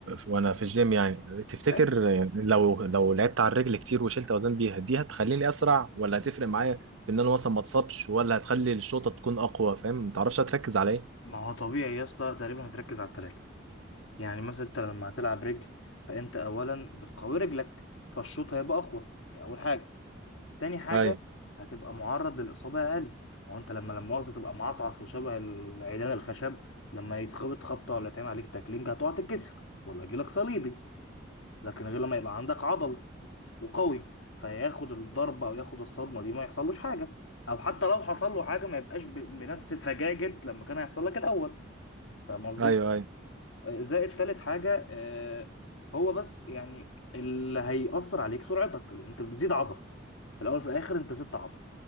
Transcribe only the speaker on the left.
أيوة.
ما هو طبيعي يا اسطى تقريبا هتركز على الثلاثه يعني مثلا انت لما هتلعب رجل فانت اولا بتقوي رجلك فالشوط هيبقى اقوى دي اول حاجه تاني حاجه
هتبقى معرض للاصابه اقل ما هو انت لما لما مؤاخذه تبقى معصعص وشبه العيدان الخشب لما يتخبط خبطه ولا يتعمل عليك تاكلينج هتقع تتكسر ولا يجيلك صليبي لكن غير لما يبقى عندك عضل وقوي فياخد الضربه او ياخد الصدمه دي ما يحصلوش حاجه او حتى لو حصل له حاجه ما يبقاش ب- بنفس فجاجه لما كان هيحصل لك الاول فاهم قصدي
زائد تالت حاجة آه، هو بس يعني اللي هيأثر عليك سرعتك لأن أنت بتزيد عضل في الأول في الآخر أنت زدت عضل